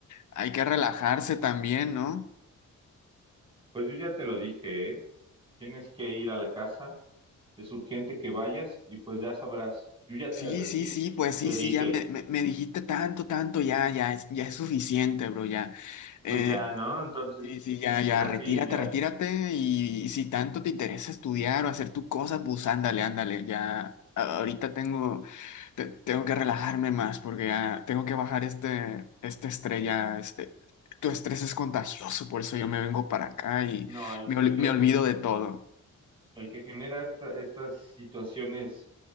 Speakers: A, on the left; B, on the right.
A: hay que relajarse también, ¿no?
B: Pues yo ya te lo dije, ¿eh? Tienes que ir a la casa, es urgente que vayas y pues ya sabrás. Yo ya
A: Sí,
B: te advertí,
A: sí, sí, pues sí,
B: te
A: sí,
B: dije,
A: ya me, me, me dijiste tanto, tanto, ya, ya, es- ya es suficiente, bro, ya. Eh,
B: pues ya, ¿no? Entonces,
A: Sí, sí, ya, ya,
B: pues así
A: retírate,
B: ya.
A: retírate y, y si tanto te interesa estudiar o hacer tus cosas, pues ándale, ándale, ya. a- Ahorita tengo, te- tengo que relajarme más porque ya tengo que bajar este, este estrella. Este, tu estrés es contagioso, por eso yo me vengo para acá y
B: No, el,
A: me,
B: el
A: ol-
B: que,
A: me olvido
B: el,
A: de todo.
B: el que genera esta- estas situaciones